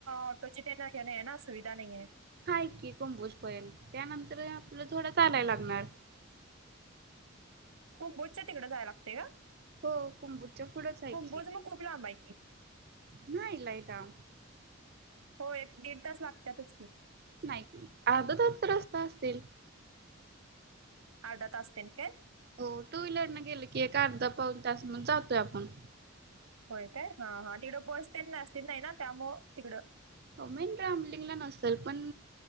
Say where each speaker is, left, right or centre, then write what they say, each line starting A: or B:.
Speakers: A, on the right; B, on the right.
A: ऑटोची तेन हे नाहीय ना सुविधा नाहीय.
B: हाय की कुंभोज पर्यंत. त्यानंतर आपल थोड चालायला लागणार.
A: कुंबोजच्या तिकड जाय लागतय का?
B: हो कुंबुजच्या पुुढंच आहे
A: कुंभोज
B: की.
A: मग खूप लांब आहे की
B: नाही लाईटा
A: होय एक दीड तास लागत्यातच की.
B: नाही अर्ध तासचा रस्ता असेल.
A: अर्ध तास तेन काय?
B: हो टू व्हीलर न गेले की एक अर्धा पाऊन तास मग जातोय आपण.
A: होय काय हा हा तिकड बस तेन नसतील नाही ना त्यामूळ तिकड
B: हो मेन रामलिंगला नसल. पण